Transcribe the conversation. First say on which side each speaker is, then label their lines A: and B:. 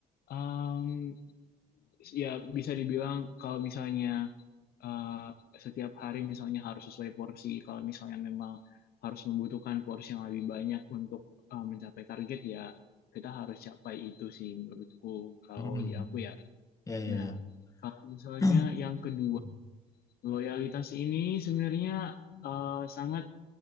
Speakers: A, on the left (about 65°); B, on the left (about 20°).
A: um, ya bisa dibilang kalau misalnya eh, setiap hari misalnya harus sesuai porsi. Kalau misalnya memang harus membutuhkan porsi yang lebih banyak untuk eh, mencapai target ya kita harus capai itu sih menurutku kalau
B: Hmm.
A: di aku ya.
B: Ya ya
A: Nah,
B: ya.
A: kalau misalnya
B: <coughs>
A: yang kedua,
B: <clears throat>
A: loyalitas ini sebenarnya eh, sangat